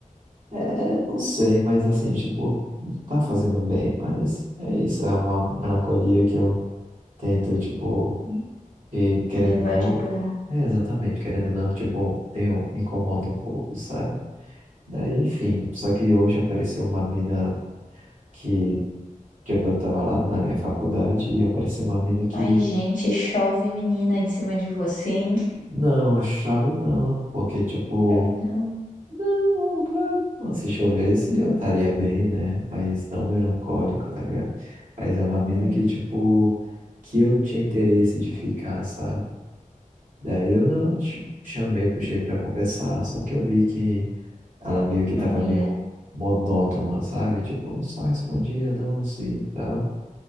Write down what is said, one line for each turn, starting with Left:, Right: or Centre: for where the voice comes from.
Right: É, não sei, mas assim, tipo, tá fazendo bem, mas é isso, é uma melancolia que eu tento, tipo E querendo
Left: Levar
Right: ou não,
Left: de boa.
Right: é exatamente, querendo ou não, tipo, tenho, me incomoda um pouco, sabe? Daí, enfim, só que hoje apareceu uma mina que, tipo, eu tava lá na minha faculdade e apareceu uma mina que,
Left: Mas, gente, chove menina em cima de você, hein?
Right: não, chave não, porque, tipo,
Left: Chove, não.
Right: não, claro, que não, se chovesse eu estaria bem, né? Mas não melancólico, tá ligado? Mas é uma mina
Left: Hum,
Right: que, tipo, que eu tinha interesse de ficar, sabe? Daí eu não ch- chamei, puxei pra conversar, só que eu vi que Ela meio que
Left: não
Right: tava
Left: ia.
Right: meio monótona, sabe? Tipo, só respondia não, sim, e tal.